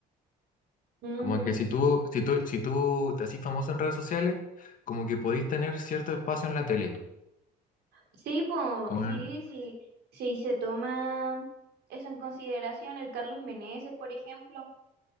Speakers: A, on the right (about 75°); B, on the left (about 50°).
A: Mm.
B: Como que si tú, si tú, si tú te haces famoso en redes sociales, como que podéis tener cierto espacio en la tele.
A: Sí, po,
B: O
A: sí,
B: en-
A: sí, sí se toma eso en consideración, el Carlos Meneses, por ejemplo.